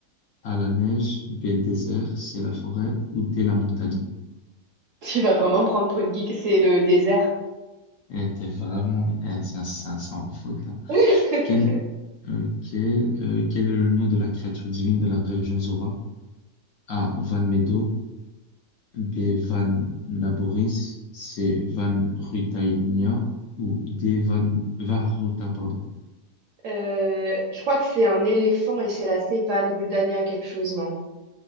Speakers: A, on the left (about 65°); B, on the right (about 60°).
A: A. La neige. B. Le désert. C. La forêt. Ou D. La montagne.
B: Tu vas vraiment me prendre pour une geek, c'est le désert.
A: Eh, t'es vraiment... Eh, ça, ça, ça en faute, là.
B: <laughs>
A: Quel... Ok. euh, quel est le nom de la créature divine de la région Zora? A. Van Medo. B. Van Laboris, C. Van Rudainia ou D. Van Varuta, pardon.
B: Euh, je crois que c'est un éléphant et c'est la savane Rudania quelque chose, non?